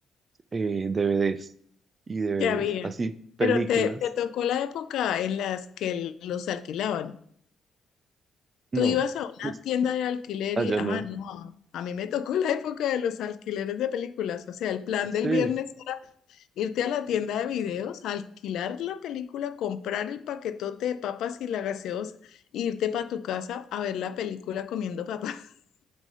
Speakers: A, on the right; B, on the left.
A: eh, DVDs y DVDs,
B: que había.
A: así películas.
B: Pero te, te tocó la época en las que los alquilaban.
A: No,
B: Tú ibas a una
A: <laughs>
B: tienda de alquiler
A: allá
B: y, ah,
A: no.
B: no, a mí me tocó la época de los alquileres de películas. O sea, el plan
A: Sí,
B: del viernes, irte a la tienda de videos, alquilar la película, comprar el paquetote de papas y la gaseosa, e irte para tu casa a ver la película comiendo papas. <laughs>